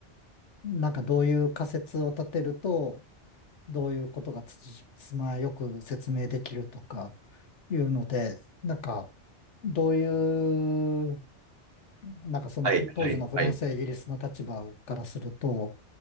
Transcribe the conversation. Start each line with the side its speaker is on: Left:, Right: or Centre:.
Left: なんかどういう仮説を立てると、どういうことがつじ、つまよく説明できるとかいうので、なんかどういうなんかそのふ当時のフランスやイギリスの立場からすると、
Right: はい、はい、はい。